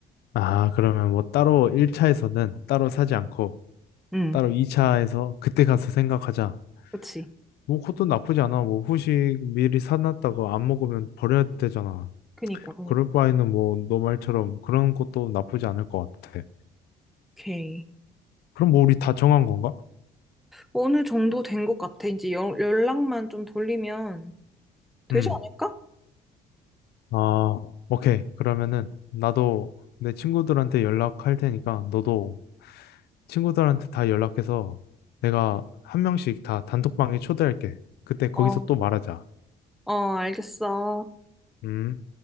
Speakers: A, on the left (about 70°); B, in the centre.
A: 아, 그러면 뭐 따로 1차에서는 따로 사지 않고
B: 응.
A: 따로 2차에서 그때 가서 생각하자.
B: 그치?
A: 뭐 그것도 나쁘지 않아. 뭐 후식 미리 사놨다고 안 먹으면 버려야 되잖아.
B: 그니까, 그니까.
A: 그럴 바에는 뭐 너 말처럼 그런 것도 나쁘지 않을 것 같아.
B: 오케이.
A: 그럼 뭐 우리 다 정한 건가?
B: 어느 정도 된 것 같아. 이제 연 연락만 좀 돌리면 되지
A: 음.
B: 않을까?
A: 아, 오케이. 그러면은 나도 내 친구들한테 연락할 테니까 너도 친구들한테 다 연락해서 내가 한 명씩 다 단톡방에 초대할게. 그때 거기서
B: 어.
A: 또 말하자.
B: 어, 알겠어.
A: 음.